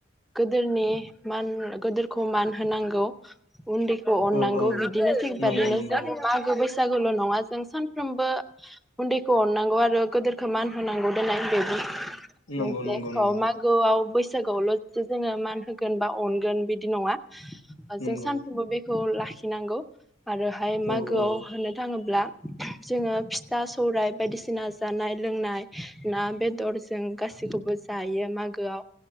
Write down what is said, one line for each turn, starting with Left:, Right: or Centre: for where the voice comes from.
Centre: गोदोरनि मान गोदोरखौ मान होनांगौ उन्दैखौ अननांगौ
Left: औ औ
Centre: बिदिनो <unintelligible> जों मागो
Left: नंगौ नंगौ
Centre: बैसागु बैसागुल' नङा जों सानफ्रोमबो उन्दैखौ अननांगौ आरो गोदोरखौ मान होनांगौ दोनाय बेबो
Left: नंगौ
Centre: <unintelligible>
Left: नंगौ नंगौ
Centre: मागोआव बै सागुआवल जोङो मान होगोन बा अनगोन बिदि नङा।
Left: नंगौ
Centre: जों सानफ्रोमबो बे खौ लाखिनांगौ आरोहाय मागोआव
Left: औ औ
Centre: होननो थाङोब्ला जोङो फिथा सौराइ बायदिसिना जानाय लोंनाय ना बेदर जों गासैखौबो जायो मागोआव